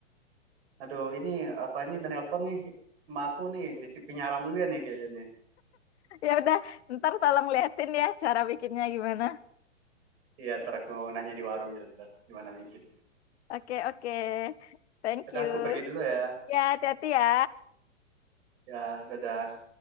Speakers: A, on the right; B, on the left.
A: Aduh ini apa ini dan nelpon nih. Emak aku nih nitip penyaram juga nih kayaknya nih.
B: ya udah, ntar tolong liatin ya cara bikinnya gimana.
A: Iya, ntar aku nanya di warung ya, ntar gimana bikin.
B: Oke, oke. Thank
A: udah
B: you.
A: aku pergi dulu ya.
B: Ya, hati-hati ya.
A: Ya, dadah.